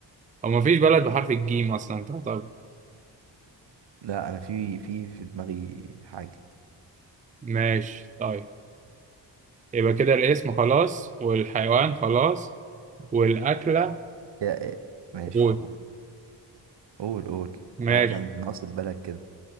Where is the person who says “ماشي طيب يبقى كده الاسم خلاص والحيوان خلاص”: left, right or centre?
Right